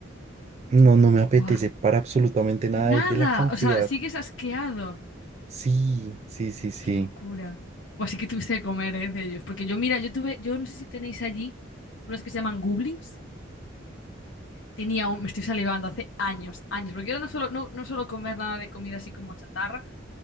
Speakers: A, on the right (about 35°); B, on the left (about 80°).
A: no, no me apetece
B: Buah.
A: para absolutamente nada
B: Nada.
A: de, de la cantidad.
B: O sea, sigues asqueado.
A: Sí, sí, sí, sí.
B: Qué locura. O así que tuviste que comer, eh, de ellos. Porque yo, mira, yo tuve, yo no sé si tenéis allí unas que se llaman goblins. Tenía un, me estoy salivando hace años, años, porque yo no solo no, no suelo comer nada de comida así como chatarra,